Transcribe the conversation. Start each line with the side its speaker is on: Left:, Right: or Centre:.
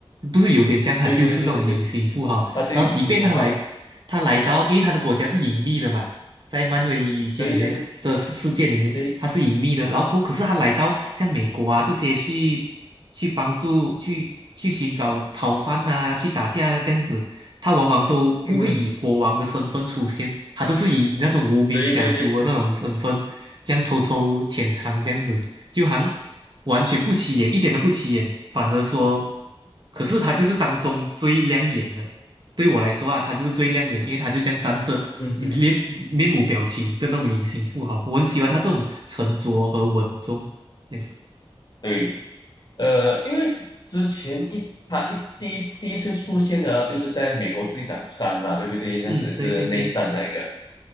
Right: 不是有点像，他就是那种隐形富豪。
Left: 对对对对对对，他就隐形富豪，
Right: 然后即便他来，他来到，因为他的国家是隐秘的嘛，在漫威宇宙里面的世世界里面，
Left: 对对对对，
Right: 他是隐秘的。然后可可是他来到像美国啊这些去去帮助去去寻找逃犯啊，去打架这样子，他往往都不会以国王的身份出现，
Left: 嗯哼
Right: 他都是以那种无名小卒的那种身份，
Left: 对对对，
Right: 这样偷偷潜藏这样子，就好像完全不起眼，一点都不起眼，反而说，可是他就是当中最亮眼的。对我来说啊，他就是最亮眼，因为他就这样站着，
Left: 嗯哼，
Right: 面面无表情的那种隐形富豪，我很喜欢他这种沉着和稳重这样子。
Left: 对，呃，因为之前一他一第一第一次出现的啊就是在美国队长三嘛，对不对？那时是内战那一个，
Right: 嗯，对对对，